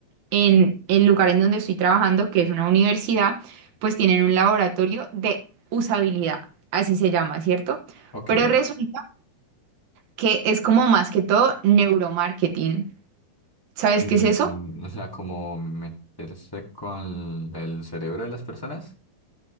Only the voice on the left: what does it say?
Ok.
Mm,
o sea, como meterse con el cerebro de las personas.